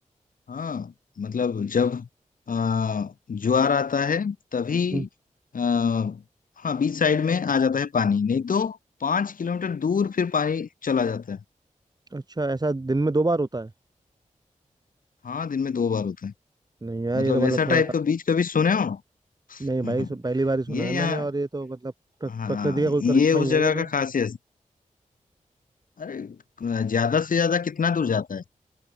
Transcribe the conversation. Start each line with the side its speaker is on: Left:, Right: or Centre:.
Left: हाँ मतलब जब आ, ज्वार आता है तभी
Right: हम्म।
Left: आ, हाँ बीच साइड में आ जाता है पानी नहीं तो पांच किलोमीटर दूर फिर पानी चला जाता है
Right: अच्छा ऐसा दिन में दो बार होता है
Left: हाँ दिन में दो बार होता है
Right: नहीं यार
Left: मतलब
Right: ये तो मतलब
Left: ऐसा
Right: थोड़ा
Left: टाइप का बीच कभी सुने हो
Right: नहीं
Left: <laughs>
Right: भाई सु- पहली बार ही सुना
Left: ये
Right: है
Left: यहाँ
Right: मैंने और ये तो मतलब प्र-
Left: हाँ
Right: प्रकृति का
Left: ये
Right: कोई करिश्मा
Left: उस
Right: ही
Left: जगह
Right: है ये तो
Left: का खासियत अरे ज्यादा से ज्यादा कितना दूर जाता है